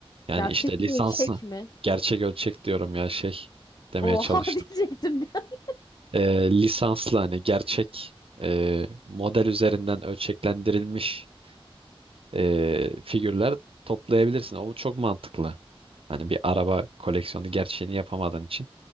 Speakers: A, on the right; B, on the left.
A: yani
B: Gerçek
A: işte lisansla
B: ölçek mi?
A: gerçek ölçek diyorum ya şey demeye
B: Oha
A: çalıştım.
B: diyecektim bir <laughs>
A: E, lisansla hani gerçek e, model üzerinden ölçeklendirilmiş e, figürler toplayabilirsin. O çok mantıklı. Hani bir araba koleksiyonu gerçeğini yapamadığın için